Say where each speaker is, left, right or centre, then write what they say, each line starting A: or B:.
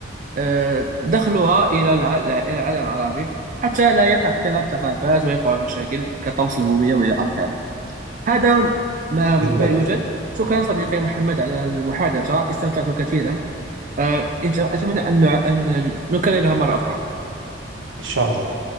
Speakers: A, on the right; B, on the right.
A: آه، دخلها إلى الع- إلى العالم العربي حتى لا يقع اختلاط ثقافات ويقع مشاكل كطمس الهوية وإلى آخره هذا ما
B: بالضبط
A: ما يوجد شكرا صديقي محمد على المحادثة استمتعت كثيرا آه، إنت- أتمنى أن أن نكررها مرة أخرى
B: إن شاء الله